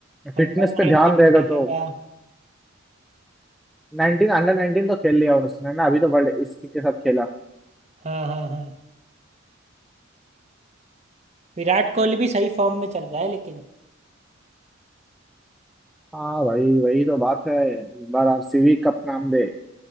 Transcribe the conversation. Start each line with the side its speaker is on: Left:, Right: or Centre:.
Right: अंडर
Centre: फिटनेस
Right: नाइनटीन
Centre: पे ध्यान
Right: खेलेगा
Centre: देगा तो नाइनटीन अंडर नाइनटीन तो खेल लिया उसने ना अभी तो वर्ल्ड इसी के साथ खेला
Right: हाँ हाँ हाँ विराट कोहली भी सही फॉर्म में चल रहा है लेकिन
Centre: हाँ भाई वही तो बात है इस बार आरसीबी कप नाम दे